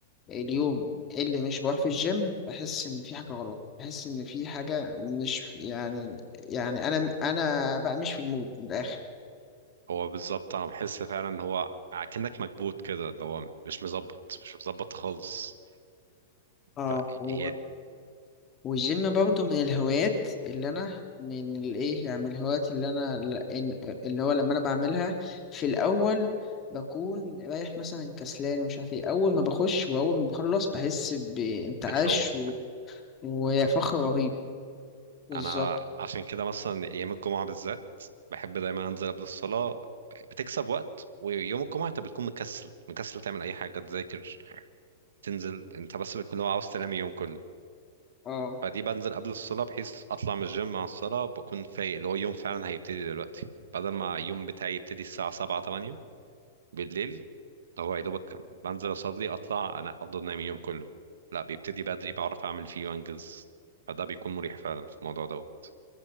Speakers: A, on the left (about 30°); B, on the right (about 75°).
A: اليوم اللي مش بروح في الجيم بحس ان في حاجة غلط بحس ان في حاجة مش يعني يعني انا انا بقى مش في المود من الاخر
B: هو بالظبط انا بحس فعلا ان هو كأنك مكبوت كده اللي هو مش مظبط مش مظبط خالص
A: اه
B: فهي
A: و... والجيم برضه من الهوايات اللي انا من الايه يعني من الهوايات اللي انا ل- إن- اللي هو لما انا بعملها في الاول بكون رايح مثلا كسلان ومش عارف ايه اول ما بخش واول ما بخلص بحس بانتعاش
B: بتفوق
A: و... وفخر رهيب بالظبط
B: انا عشان كده مثلا ايام الجمعة بالذات بحب دايما انزل قبل الصلاة بتكسب وقت ويوم الجمعة انت بتكون مكسل مكسل تعمل اي حاجة تذاكر تنزل انت بس بتكون لو عاوز تنام اليوم كله
A: اه
B: فدي بنزل قبل الصلاة بحيث اطلع من الجيم مع الصلاة بكون فايق اللي هو اليوم فعلا هيبتدي دلوقتي بدل ما اليوم بتاعي يبتدي الساعة 7 8 بالليل هو يا دوبك بنزل اصلي اطلع انا افضل نايم اليوم كله لا بيبتدي بدري بعرف اعمل فيه وانجز فده بيكون مريح فعلا في الموضوع دوت